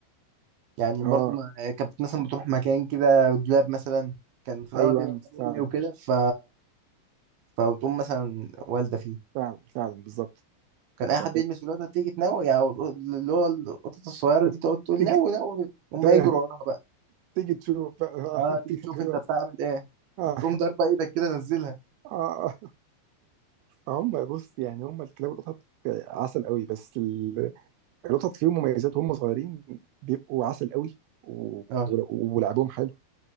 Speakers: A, on the right (about 70°); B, on the right (about 85°).
A: يعني برضو
B: اه
A: ما آه، كانت مثلا بتروح مكان كده دولاب مثلا كان في الاغلب
B: ايوه
A: بيبقى مكان
B: فعلا
A: امي وكده ف فبتقوم مثلا والده فيه
B: فعلا فعلا بالظبط
A: كان اي
B: ف-
A: حد يلمس الولاده تيجي تنوي يعني اللي هو القطط الصغيره
B: آه،
A: دي تقعد تقول
B: تيجي
A: نوي نوي هما
B: ت-
A: يجروا وراها بقى
B: تيجي تشوف بقى آه،
A: اه
B: <laughs>
A: تيجي
B: تيجي
A: تشوف
B: تقول
A: انت بتعمل
B: بس.
A: ايه
B: اه
A: تقوم ضاربه ايدك كده نزلها
B: اه هم بص يعني هم الكلاب والقطط عسل قوي بس ال- القطط فيهم مميزات وهم صغيرين بيبقوا عسل قوي و-
A: اه
B: و- ولعبهم حلو